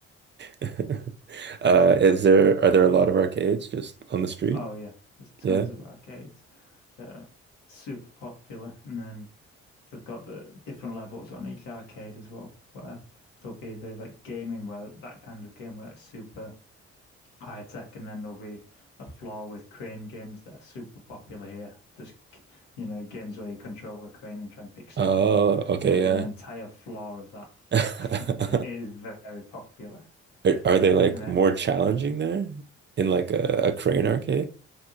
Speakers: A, on the right; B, on the left.
A: <laughs> Uh,
B: So,
A: is there are there a lot of arcades just on the street?
B: oh yeah, there's tons
A: Yeah.
B: of arcades that are super popular, and then they've got the different levels on each arcade as well, where there'll be the like gaming where that kind of game where it's super high tech, and then there'll be a floor with crane games that are super popular here. Just, you know, games where you control the crane and try and pick stuff
A: Oh,
B: out.
A: okay,
B: There'll be
A: yeah.
B: an entire floor of that. <laughs>
A: <laughs>
B: It is very popular,
A: Are, are they like
B: and they're,
A: more challenging there in like a, a crane arcade?